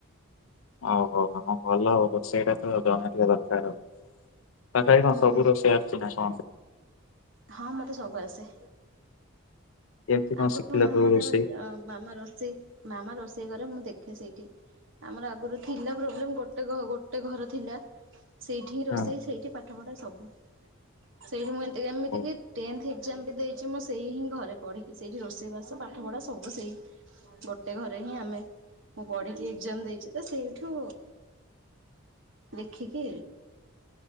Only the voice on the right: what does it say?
ହୁଁ।
ହଁ ମତେ ସବୁ ଆସେ।
ଆଗରୁ
ମାମା
ତାର ମାମା ରୋଷେଇ ମାମା ରୋଷେଇ କରେ ମୁଁ ଦେଖେ ସେଇଠି। ଆମର ଆଗରୁ ଥିଲା ପ୍ରୋବ୍ଲେମ୍ ଗୋଟେ ଘ ଗୋଟେ ଘର ଥିଲା। ସେଇଠି ହିଁ ରୋଷେଇ
ସେଇଠି ପାଠ ପଢ଼ା ସବୁ ସେଇଠି ମୁଁ ଏମିତି
କି ଟେନ୍ଥ ଏକ୍ଜାମ୍ ବି ଦେଇଛି ମୁଁ ସେଇ ହିଁ ଘରେ ପଢ଼ିକି। ସେଇଠି ରୋଷେଇ ବାସ ପାଠ ପଢ଼ା ସବୁ ସେଇ ଗୋଟେ ଘରେ ହିଁ ଆମେ ମୁଁ ପଢିକି ଏକ୍ଜାମ୍ ଦେଇଛି ତ ସେଇଠୁ ଦେଖିକି